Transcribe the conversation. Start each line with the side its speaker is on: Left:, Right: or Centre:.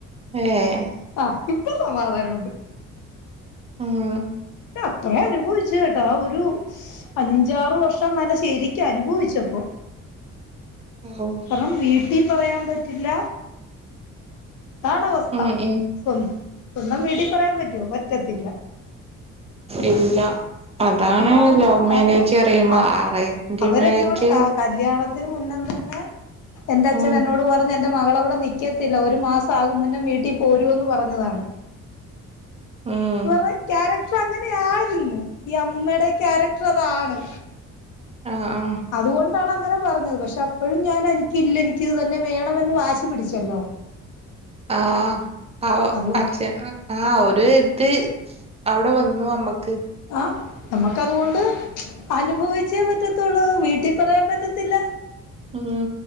Right: ഏഹ്
Left: ആഹ് ഇപ്പൊ സമാധാനണ്ട്.
Right: ഉം
Left: അത്ര അനുഭവിച്ചു കേട്ടാ ആ ഒരു അഞ്ചാറ് വർഷം നല്ല ശരിക്ക അനുഭവിച്ചപ്പോ
Right: <unintelligible>
Left: പ്പം വീട്ടിൽ പറയാൻ പറ്റില്ല ഇതാണ് അവസ്ഥ.
Right: ഉം ഉം
Left: സ്വ സ്വന്തം വീട്ടിപറയാൻ പറ്റോ പറ്റത്തില്ല.
Right: ഇല്ല അതാണ്
Left: അത് കാരണം
Right: ലവ്
Left: കാരണം
Right: മാരേജ് പറയുമ്പോ
Left: അവ
Right: ആറന്റെമേജ്
Left: അവരെന്നോട് ക കല്യാണത്തിന് മുന്നും തന്നെ എന്റെ അച്ഛൻ
Right: ഉം
Left: എന്നോട് പറഞ്ഞ് എന്റെ മകളവിടെ നിക്കത്തില്ല ഒരു മാസം ആകും മുന്നും വീട്ടിൽ പോരുന്ന് പറഞ്ഞതാണ്.
Right: ഉം
Left: വരുടെ ക്യാരക്ടർ അങ്ങനെയിരുന്നു ഈ അമൂമയുടെ ക്യാരക്ടർ അതാണ്.
Right: ആഹ് ആഹ്
Left: അതുകൊണ്ടാണ് അങ്ങനെ പറഞ്ഞത് പക്ഷേ അപ്പോഴും ഞാൻ എനിക്കില്ല എനിക്കിത് തന്നെ വേണമെന്ന് വാശി പിടിച്ചല്ലോ.
Right: ആഹ് ആ
Left: അത്
Right: അഛെ ആഹ് ഒരു ഇത് അവിടെ വന്നു അമ്മക്ക്.
Left: ആഹ് നമുക്കതുകൊണ്ട് അനുഭവിച്ചേ പറ്റത്തുള്ളൂ വീട്ടിൽ പറയാൻ പറ്റത്തില്ല.
Right: ഉം